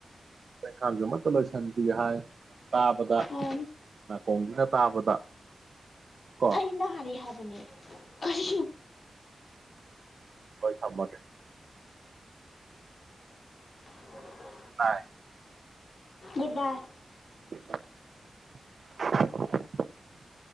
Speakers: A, on the right; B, on the left.
A: ꯈꯥꯒ ꯃꯠꯇꯂ ꯁꯥꯟꯇꯒꯤ ꯍꯥꯏ ꯇꯥꯕꯗ
B: ꯎꯝ
A: ꯅꯥꯀꯣꯡꯁꯤꯅ ꯇꯥꯕꯗ ꯀꯣ
B: ꯍꯥꯏ ꯍꯥꯏꯕꯅꯦ ꯀꯔꯤ
A: ꯊꯃꯒꯦ
B: <unintelligible>
A: ꯍꯥꯏ
B: ꯨꯠ ꯕꯥꯏ
A: <unintelligible>